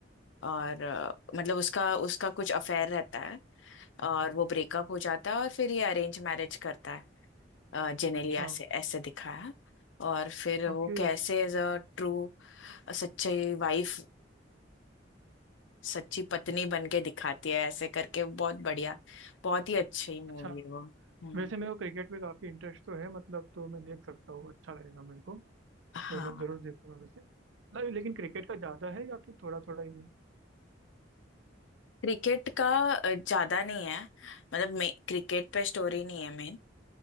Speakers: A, on the left; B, on the right.
A: और अ, मतलब उसका उसका कुछ अफेयर रहता है और वो ब्रेकअप हो जाता है और फिर ये अरेंज मैरिज करता है अ, जेनेलिया
B: अच्छा
A: से ऐसे दिखाया और फिर वो
B: ओके
A: कैसे एज अ ट्रू सच्ची वाइफ सच्ची पत्नी बन के दिखाती है ऐसे करके बहुत बढ़िया बहुत ही अच्छी मूवी
B: अच्छा
A: है वो हम्म
B: वैसे मेरे को क्रिकेट में काफ़ी इंटरेस्ट तो है मतलब तो मैं देख सकता हूँ अच्छा लगेगा मेरे को
A: हाँ
B: तो मैं जरूर देखूंगा वैसे ले- लेकिन क्रिकेट का ज्यादा है या फिर थोड़ा थोड़ा ही है
A: क्रिकेट का अ, ज्यादा नहीं है मतलब मे क्रिकेट पे स्टोरी नहीं है मेन